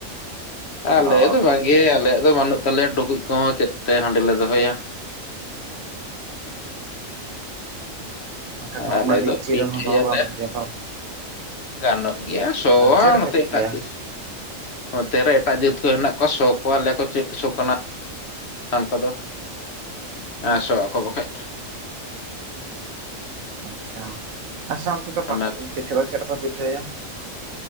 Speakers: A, on the left (about 55°); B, on the right (about 80°).
A: ᱟᱞᱮ
B: ᱚ
A: ᱫᱚ ᱵᱟᱝ ᱜᱮ ᱟᱞᱮᱭᱟᱜ ᱫᱚ ᱵᱟᱹᱱᱩᱜ ᱛᱟᱞᱮᱭᱟ ᱰᱩᱠᱩᱡ ᱠᱚᱦᱚᱸ ᱪᱮᱫ ᱛᱮ ᱦᱟᱸᱰᱤ ᱞᱮ ᱫᱚᱦᱚᱭᱟ
B: ᱟᱫᱚ ᱫᱚᱦᱚᱢᱟ
A: ᱟᱞᱮ
B: ᱰᱮᱜᱪᱤ
A: ᱫᱚ ᱯᱤᱴᱷᱟᱹᱭᱟᱞᱮ
B: ᱨᱮᱦᱚᱸ ᱫᱚᱦᱚ ᱜᱟᱱᱚᱜ ᱜᱮᱫᱚ
A: ᱜᱟᱱᱚᱜ ᱜᱮᱭᱟ ᱥᱚᱣᱟ
B: ᱪᱮᱫ ᱨᱮᱯᱮ
A: ᱱᱚᱛᱮ
B: ᱯᱤᱴᱷᱟᱹᱭᱟ
A: ᱮᱴᱟᱜ ᱡᱟᱹᱛ ᱱᱚᱛᱮᱨᱮ ᱮᱴᱟᱜ ᱡᱟᱹᱛᱼᱼ ᱡᱟᱹᱛ ᱠᱚ ᱦᱮᱱᱟᱜ ᱠᱚᱣᱟ ᱥᱚ ᱠᱚᱣᱟ ᱞᱮᱭᱟ ᱠᱚ ᱪᱮᱫ ᱥᱚ ᱠᱟᱱᱟ ᱟᱢᱠᱟᱫᱚ ᱦᱮᱸ ᱥᱚ ᱟᱠᱚ ᱵᱟᱠᱷᱟᱡ
B: ᱟᱪᱪᱷᱟ ᱟᱪᱪᱷᱟ ᱚᱱᱛᱮ ᱫᱚ
A: ᱚᱱᱟ
B: ᱯᱤᱴᱷᱟᱹ ᱫᱚ ᱪᱮᱫ ᱨᱮᱯᱮ ᱯᱤᱴᱟᱹᱭᱟ?